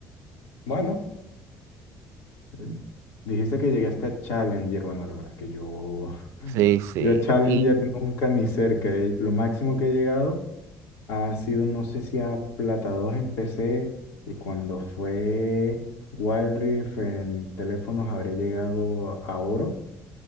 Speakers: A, on the left (about 80°); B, on the right (about 75°).
A: bueno, eh, dijiste que llegaste a Challenger. Bueno, la verdad es que yo,
B: Sí, sí.
A: yo a Challenger
B: Y
A: nunca ni cerca. eh, Lo máximo que he llegado ha sido, no sé si a Plata 2 en PC y cuando fue Wild Rift en teléfonos habré llegado a oro,